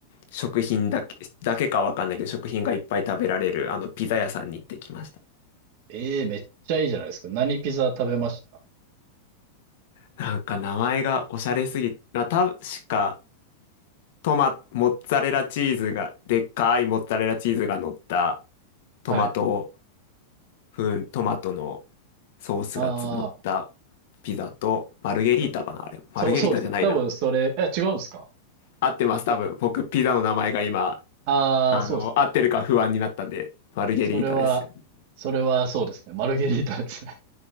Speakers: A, on the left; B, on the right.
A: 食品だけ、だけかわかんないけど、食品がいっぱい食べられる、あの、ピザ屋さんに行ってきました。
B: ええめっちゃいいじゃないですか。何ピザ食べました
A: なんか名前がおしゃれすぎ、な、確か、トマ、モッツァレラチーズが、でっかいモッツァレラチーズが乗った、
B: はい。
A: トマト、ふん、トマトのソースがつ乗った
B: ああ、
A: ピザと、マルゲリータかな、
B: そ
A: あれ。
B: そう、
A: マルゲリータじゃないな。
B: そうですね。多分それ、え、違うんですか
A: 合ってます、多分。僕、ピザの名前が今、
B: ああー、
A: あの、
B: そうです。
A: 合ってるか不安になったんで、マルゲリータですよね。
B: それは、それはそうですね。マルゲリータですね。